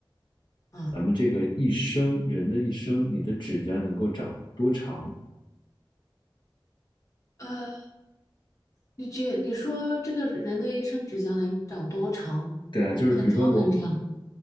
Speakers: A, on the left; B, on the left.
A: 啊，
B: 咱们这个一生，人的一生，你的指甲能够长多长？
A: 呃，你觉你说这个人的一生指甲能长多长？
B: 对啊，就是比如说我
A: 很长很长。